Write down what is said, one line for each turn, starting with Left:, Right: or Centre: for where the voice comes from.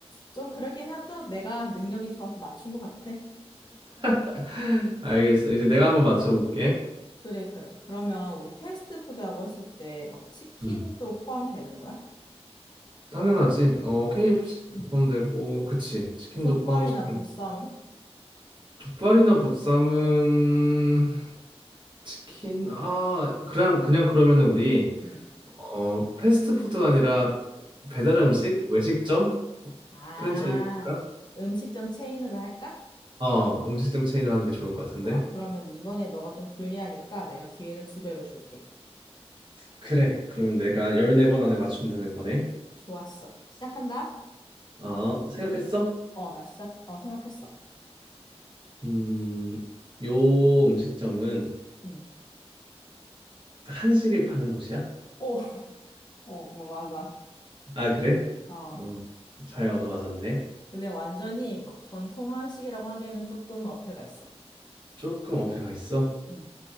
Left: 좀 그러긴 하다. 내가 능력이 좋아서 맞춘 것 같아.
Right: <laughs> 알겠어. 이제 내가 한번 맞춰볼게.
Left: 그래, 그래. 그러면 우리 패스트푸드라고 했을 때 막 치킨도
Right: 음.
Left: 포함되는 거야?
Right: 당연하지. 어,
Left: 뭐,
Right: KFC도
Left: 음,
Right: 포함되고, 그치. 치킨도
Left: 족발이나
Right: 포함시키면
Left: 보쌈은?
Right: 족발이나 보쌈은 치킨? 아, 그냥 그냥 그러면은 우리
Left: 음,
Right: 어 패스트푸드가 아니라 배달
Left: 배-
Right: 음식, 외식점
Left: 아,
Right: 프랜차이즈 할까?
Left: 음식점 체인으로 할까?
Right: 어, 음식점 체인을 하는 게 좋을 것 같은데.
Left: 좋아. 그러면 이번에 너가 좀 불리하니까 내가 기회를 두 배로 줄게.
Right: 그래. 그러면 내가 14번 안에 맞추면 되는 거네.
Left: 좋았어. 시작한다?
Right: 어, 생각했어?
Left: 어, 나 시작, 어, 생각했어.
Right: 음, 요 음식점은
Left: 음.
Right: 한식을 파는 곳이야?
Left: 오, <laughs> 어, 뭐, 맞아.
Right: 아, 그래?
Left: 어.
Right: 어, 잘 얻어맞았네.
Left: 근데 완전히 막 전통 한식이라고 하기에는 조금 어폐가 있어.
Right: 조금 어폐가 있어?
Left: 응,